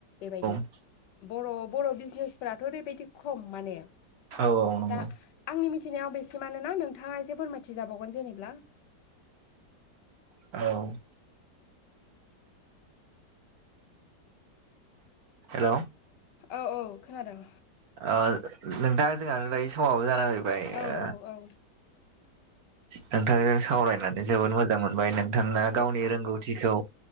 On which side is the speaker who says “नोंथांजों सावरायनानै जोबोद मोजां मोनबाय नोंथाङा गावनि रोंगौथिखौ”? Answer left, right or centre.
Right